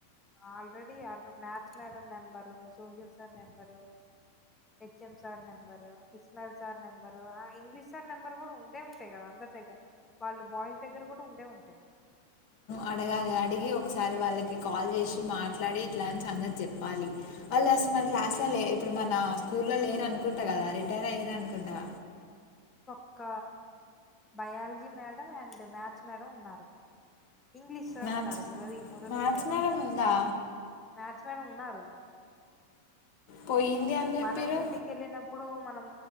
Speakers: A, on the left; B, on the left.
A: already maths madam number social sir number HM sir number Ismail sir number English sir number కూడా ఉండే ఉంటాయి కదా అందరు దగ్గ వాళ్ళు బాయ్స్ దగ్గర గూడా ఉండే ఉంటాయి
B: అడగా అడిగి ఒకసారి వాళ్ళకి కాల్ చేసి మాట్లాడి ఇట్లాని సంగతి చెప్పాలి వాళ్ళు అసలు మన క్లాస్ లో ఇప్పుడు మన స్కూల్లో లేరు అనుకుంటే కదా రిటైర్ అయ్యారు అను కుండా
A: ఒక biology madam and maths madam ఉన్నారు ఇంగ్లీష్ సార్
B: మ్యాథ్స్
A: ఉన్నారు Murali Muralidhar
B: maths madam
A: sir
B: ఉందా
A: మ్యాథ్స్ మేడం ఉన్నారు
B: పోయింది అని చెప్పారు
A: మనం ఇంటికి వెళ్ళినప్పుడు మనం